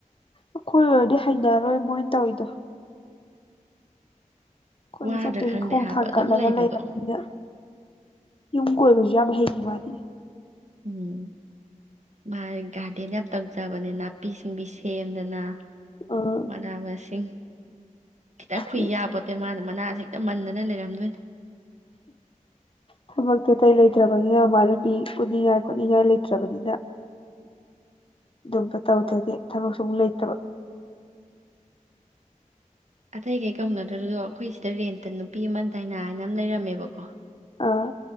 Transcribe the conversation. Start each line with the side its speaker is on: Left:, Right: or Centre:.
Left: ꯑꯩꯈꯣꯏ ꯑꯣꯏꯔꯗꯤ ꯍꯩꯅꯔꯔꯣꯏ ꯃꯣꯏꯅ ꯇꯧꯔꯤꯗꯣ ꯑꯩꯈꯣꯏꯗꯤ
Right: ꯋꯥꯗ꯭ꯔꯥ
Left: ꯆꯠꯇꯣꯏꯒꯤ
Right: ꯈꯪꯗꯦ
Left: ꯈꯣꯡ
Right: ꯍꯥꯏꯕ
Left: ꯊꯥꯡ
Right: ꯑꯗꯨꯝ
Left: ꯀꯠꯂꯒ
Right: ꯂꯩꯕꯗꯣ
Left: ꯂꯩꯔꯕꯅꯤꯅ ꯌꯨꯝ ꯀꯣꯏꯕꯁꯨ ꯌꯥꯝ ꯍꯩꯉ ꯃꯥꯗꯤ
Right: ꯎꯝ ꯃꯥ ꯒꯥꯔꯗꯦꯟ ꯌꯥꯝ ꯇꯧꯖꯕꯅꯦ ꯅꯥꯄꯤ ꯁꯤꯡꯕꯤ ꯁꯦꯝꯗꯅ
Left: ꯑꯥ
Right: ꯃꯅꯥꯕꯁꯤꯡ ꯈꯤꯇꯪ ꯈ ꯈꯨꯏ
Left: ꯍꯣꯏ
Right: ꯑꯕꯗꯤ ꯃꯥꯅ ꯃꯅꯥꯦ ꯍꯦꯛꯇꯃꯟꯗꯅ ꯂꯩꯔꯝꯗꯣꯏꯅꯦ
Left: ꯊꯕꯛꯇꯤ ꯑꯇꯩ ꯂꯩꯇ꯭ꯔꯕꯅꯤꯅ ꯃꯃꯥꯟꯅꯕꯤ ꯄꯨꯅꯤꯡꯉꯥꯏ ꯈꯣꯠꯅꯤꯡꯉꯥꯏ ꯂꯩꯇ꯭ꯔꯕꯅꯤꯅ ꯑꯗꯨꯝꯕ ꯇꯧꯗ꯭ꯔꯗ ꯊꯕꯛꯁꯨ ꯑꯃꯨꯛ ꯂꯩꯇꯕ
Right: ꯑꯇꯩꯒꯩ ꯀꯧꯅꯗ꯭ꯔꯁꯨ ꯑꯩꯈꯣꯏ ꯁꯤꯗ ꯔꯦꯟꯇ ꯅꯨꯄꯤ ꯑꯃ ꯗꯩꯅꯥꯅ ꯑꯃ ꯂꯩꯔꯝꯃꯦꯕꯀꯣ
Left: ꯑꯥ